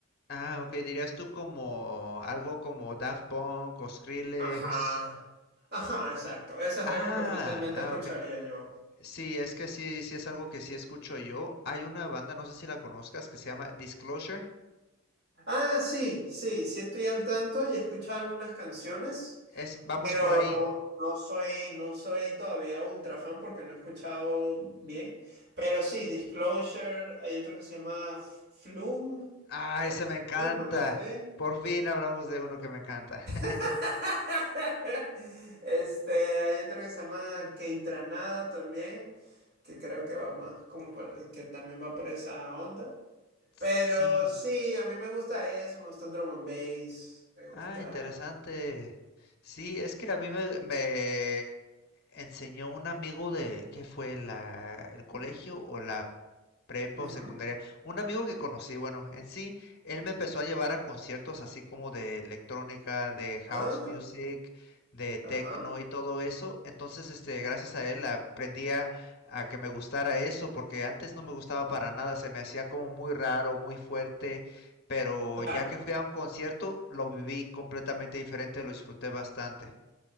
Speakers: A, on the left; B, on the right.
A: ah, ok, dirías tú como algo como Daft Punk o Skrillex.
B: Ajá. Ajá, exacto. Eso es
A: Ah,
B: algo que fácilmente
A: ah,
B: escucharía
A: ok.
B: yo.
A: Sí, es que sí, sí es algo que sí escucho yo. Hay una banda, no sé si la conozcas, que se llama Disclosure.
B: Ah, sí, sí, sí estoy al tanto y he escuchado algunas canciones.
A: Es Vamos
B: Pero
A: por ahí.
B: no, no soy, no soy todavía ultra fan porque no he escuchado bien. Pero sí, Disclosure, hay otro que se llama F- Flume
A: Ah,
B: o
A: ese
B: Flume,
A: me encanta.
B: algo así.
A: Por fin hablamos de uno que me encanta. <laughs>
B: <laughs> Este, hay otro que se llama Keitranada también, que creo que va más como por- que también va por esa onda.
A: Sí,
B: Pero sí, a mí me gusta eso, me gusta el drum and bass, me gusta.
A: Ah, interesante. Sí, es que a mí me, me enseñó un amigo de, ¿qué fue? La, el colegio o la prepa
B: Ujú.
A: o secundaria. Un amigo que conocí, bueno, en sí, él me empezó a llevar a conciertos así como de electrónica, de house
B: Ah,
A: music, de techno
B: ajá,
A: y todo eso. Entonces, este, gracias a él aprendí a, a que me gustara eso, porque antes no me gustaba para nada, se me hacía como muy raro, muy fuerte pero
B: claro.
A: ya que fui a un concierto, lo viví completamente diferente, lo disfruté bastante.